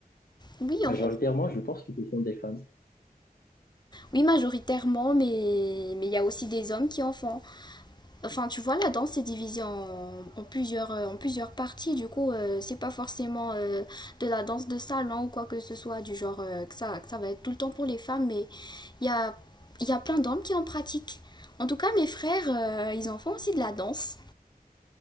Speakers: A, on the left (about 30°); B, on the left (about 80°).
A: Oui,
B: majoritairement,
A: en- en-
B: je pense que ce sont des femmes.
A: oui, majoritairement, mais mais il y a aussi des hommes qui en font. Enfin, tu vois, la danse c'est divisé en, en plusieurs, euh, en plusieurs parties. Du coup, euh, c'est pas forcément euh, de la danse de salon ou quoi que ce soit, du genre euh, que ça, que ça va être tout le temps pour les femmes, mais il y a, il y a plein d'hommes qui en pratiquent. En tout cas, mes frères, euh, ils en font aussi de la danse.